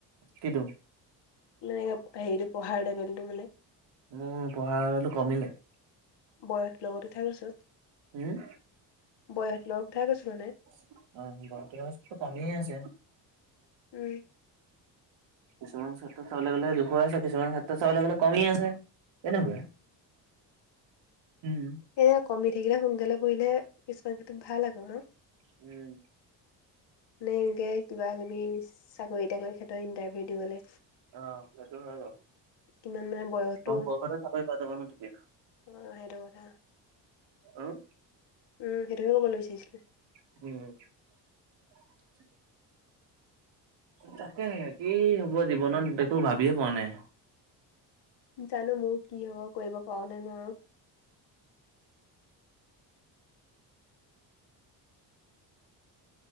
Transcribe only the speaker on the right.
কিটো
মোৰ পঢ়া লেৱেলটো কমিলে।
উম।
<unintelligible> টামিয়ে আছে
কিছুমান চেত্ৰত চাবলে গ'লে যোখৰে আছে কিছুমান ক্ষেত্ৰত চাবলৈ গ'লে কমি আছে। এনেকুৱা উম।
উম।
অ সেইটো হয় বাৰু
কম বয়সতে চাকৰি পায় যাব ন তেতিয়া
অহ।
<unintelligible> তাকে কি হব জীৱনত একো ভাবিয়ে পোৱা নাই।